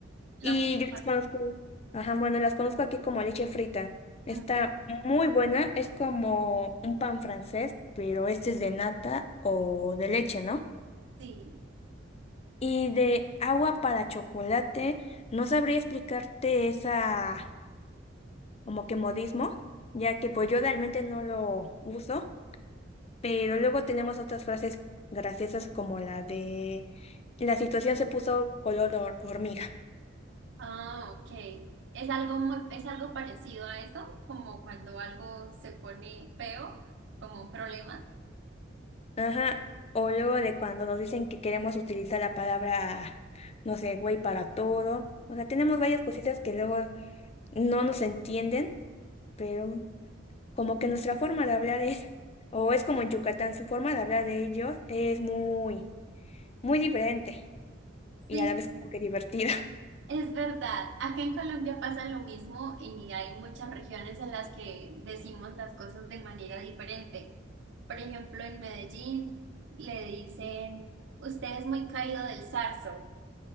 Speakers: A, on the right; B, on the left.
A: lo
B: Y
A: mismo
B: yo las
A: pasa.
B: conozco, ajá, bueno, las conozco aquí como leche frita. Está
A: Mm,
B: muy buena, es como un pan francés, pero este es de nata o de leche, ¿no?
A: Sí.
B: Y de agua para chocolate, no sabría explicarte esa como que modismo, ya que pues yo realmente no lo uso, pero luego tenemos otras frases graciosas como la de la situación se puso color hor- hormiga.
A: Ah, ok. Es algo muy, es algo parecido a eso, como cuando algo se pone feo, como un problema.
B: Ajá, o luego de cuando nos dicen que queremos utilizar la palabra, no sé, güey, para todo. O sea, tenemos varias cositas que luego no nos entienden, pero como que nuestra forma de hablar es, o es como en Yucatán, su forma de hablar de ellos es muy, muy diferente y
A: Sí,
B: a la vez como que divertida. <laughs>
A: es verdad. Acá en Colombia pasa lo mismo y hay muchas regiones en las que decimos las cosas de manera diferente. Por ejemplo, en Medellín le dicen, usted es muy caído del zarzo.